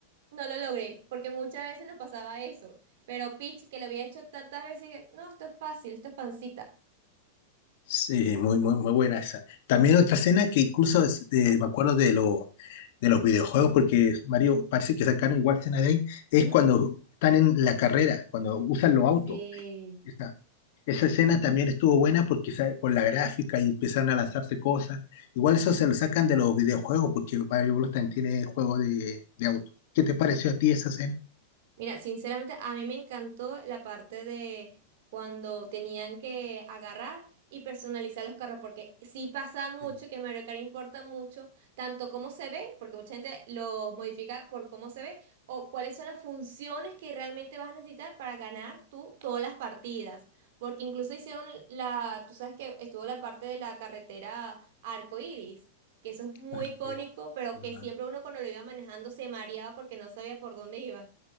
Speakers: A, on the right; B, on the left.
A: No lo logré, porque muchas veces nos pasaba eso, pero Peach, que lo había hecho tantas veces, que, no, esto es fácil, esto es pancita.
B: Sí, muy, muy, muy buena esa. También otra escena que incluso es- eh, me acuerdo de, lo, de los videojuegos, porque Mario parece que sacaron igual escena de ahí, es
A: Ujú.
B: cuando están en la carrera, cuando usan los
A: Sí.
B: autos. Esa, esa escena también estuvo buena porque sa- por la gráfica y empezaron a lanzarse cosas. Igual eso se lo sacan de los videojuegos porque Mario Bros. también tiene juego de, de auto. ¿Qué te pareció a ti esa escena?
A: Mira, sinceramente, a mí me encantó la parte de cuando tenían que agarrar y personalizar los carros, porque sí pasa mucho
B: Mm,
A: que Mario Kart importa mucho, tanto cómo se ve, porque mucha gente los modifica por cómo se ve, o cuáles son las funciones que realmente vas a necesitar para ganar tú todas las partidas. Porque incluso hicieron la, tú sabes que estuvo la parte de la carretera arcoíris que eso es muy
B: claro
A: icónico,
B: que-
A: pero
B: mm,
A: que siempre uno cuando lo iba manejando se mareaba porque no sabía por dónde iba.